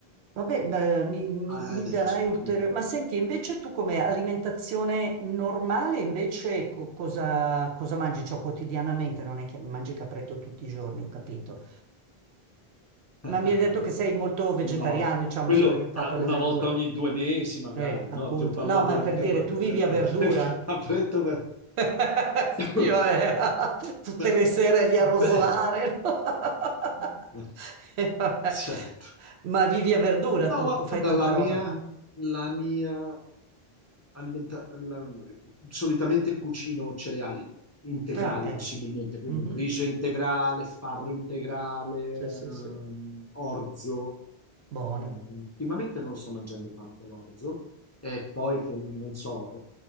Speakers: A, on the right; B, on the left.
A: Vabbè, beh, mi, mi-
B: Ah,
A: mi
B: decisamente.
A: darai ulteriore... Ma senti, invece tu come alimentazione normale, invece co- cosa, cosa mangi? Cioè, quotidianamente, non è che mangi capretto tutti i giorni, ho capito.
B: <laughs>
A: Ma mi hai detto che sei molto vegetariano,
B: No,
A: diciamo,
B: quello
A: sei orientato
B: ah, una
A: alle verdure.
B: volta ogni due mesi magari,
A: Eh, appunto.
B: no? Ti ho parlato
A: No, ma
B: del,
A: per
B: cap-
A: dire,
B: del-
A: tu vivi a verdura?
B: <laughs> del capretto per...
A: <laughs>
B: <coughs>
A: Sì, vabbè, <laughs> tutte
B: Beh,
A: le sere lì a
B: beh,
A: rosolare. no? <laughs>
B: <laughs>
A: E vabbè.
B: certo.
A: Ma vivi a verdura
B: No,
A: tu, co- fai
B: guarda,
A: tanta
B: la mia,
A: roba. no?
B: la mia alimenta- la- solitamente cucino cereali integrali
A: Ah, ecco.
B: possibilmente, quindi
A: Mhm.
B: riso integrale, farro integrale,
A: Sì, sì,
B: ehm,
A: sì.
B: orzo.
A: Buoni.
B: Eh, ultimamente non sto mangiando tanto l'orzo e poi che non so,